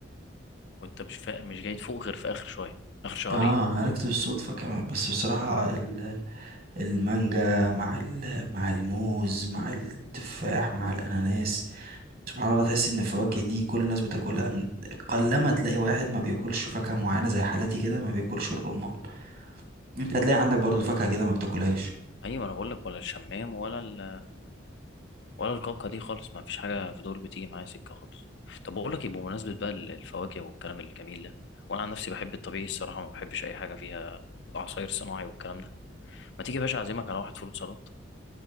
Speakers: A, on the left; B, on the right.
A: وانت مش فا... مش جاي تفوق غير في اخر شويه اخر شهرين
B: اه عرفت بالصدفه كمان بس بصراحه ال- المانجا مع ال- مع الموز مع التفاح مع الاناناس سبحان الله تحس ان الفواكه دي كل الناس بتاكلها ن- قلما تلاقي واحد ما بياكلش فاكهه معينه زي حالاتي كده ما بياكلش الرمان
A: مم.
B: انت هتلاقي عندك برضو فاكهه كده ما بتاكلهاش
A: ايوه انا بقول لك ولا الشمام ولا ال... ولا الكاكا دي خالص ما فيش حاجه في دول بتيجي معايا سكه خالص طب بقول لك ايه بمناسبه بقى ال- الفواكه والكلام الجميل ده وانا عن نفسي بحب الطبيعي الصراحه ما بحبش اي حاجه فيها عصاير صناعي والكلام ده ما تيجي يا باشا اعزمك على واحد فول سلطه